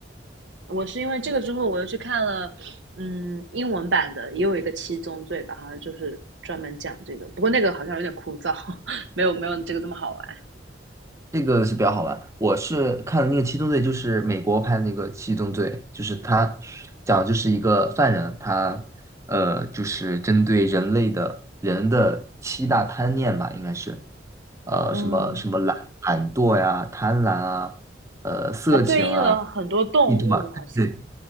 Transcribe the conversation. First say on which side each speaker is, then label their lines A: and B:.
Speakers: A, on the right (about 80°); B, on the right (about 15°).
A: 我是因为这个之后，我又去看了，嗯，英文版的，也有一个七宗罪吧，好像就是专门讲这个，不过那个好像有点枯燥，<laughs> 没有没有这个这么好玩。
B: 这个是比较好玩。我是看了那个《七宗罪》，就是美国拍的那个《七宗罪》，就是他讲的就是一个犯人，他呃，就是针对人类的人的七大贪念吧，应该是呃什么什么懒懒惰呀、
A: 嗯，
B: 贪婪啊、呃色情啊、
A: 还对应了很多动物，
B: 嫉妒啊，
A: 好像
B: 对